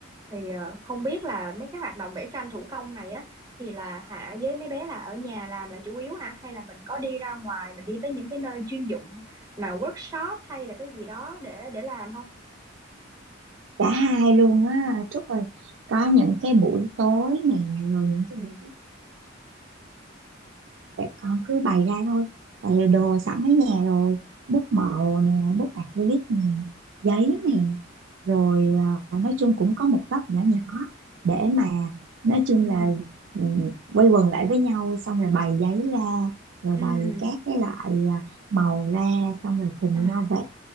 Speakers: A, on the right (about 20°); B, on the right (about 65°).
A: thì ờ, không biết là mấy cái hoạt động vẽ tranh thủ công này á thì là hả với mấy bé là ở nhà làm là chủ yếu hả hay là mình có đi ra ngoài mình đi tới những cái nơi chuyên dụng mà workshop hay là cái gì đó để để làm không
B: cả hai luôn á Trúc ơi có những cái buổi tối nè rồi những cái
A: ừ
B: buổi tại con cứ bày ra thôi tại vì đồ sẵn ở nhà rồi bút màu nè bút acrylic nè giấy
A: ừ
B: nè rồi à, nói chung cũng có một góc nhỏ nhỏ để mà nói chung
A: ừ
B: là ừ, quây quần lại với nhau xong rồi bày giấy ra rồi
A: ừ
B: bày các cái loại à, màu ra xong rồi cùng
A: à
B: nhau vẽ